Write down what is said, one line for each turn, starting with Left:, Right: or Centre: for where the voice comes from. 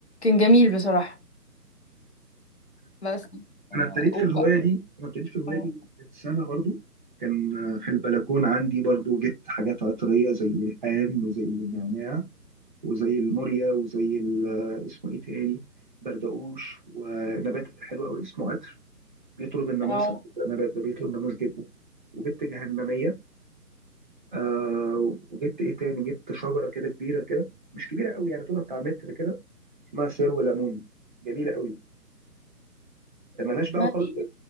Left: جميل بصراحه بس آه،
Right: انا ابتديت
Left: و-
Right: في الهوايه دي انا ابتديت في الهوايه
Left: اه
Right: دي من سنه برضو كان في البلكون عندي برضو جبت حاجات عطريه زي الريحان وزي النعناع وزي الموريا وزي ال- اسمه ايه تاني بردقوش ونبات حلو قوي اسمه عطر بيطرد الناموس
Left: اه
Right: على فكرة النبات ده بيطرد الناموس جدا وجبت جهنميه آه وجبت ايه تاني جبت شجره كده كبيره كده مش كبيره قوي يعني طولها بتاع متر كده اسمها سرو ليمون جميله قوي ملهاش دعوه
Left: ما ايه
Right: خالص